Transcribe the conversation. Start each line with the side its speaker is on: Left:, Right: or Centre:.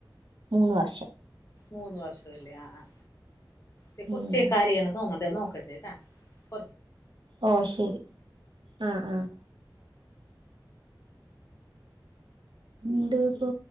Right: മൂന്ന് വർഷം
Left: മൂന്നു വർഷം അല്ലേ ആഹ ആഹ ഈ കൊച്ചേ
Right: ഉം
Left: കരയണോതോന്നണ്ടേ നോക്കട്ടെട്ടാ
Right: ഓ ശെരി ആഹ ആഹ ഇണ്ട് പ്പോ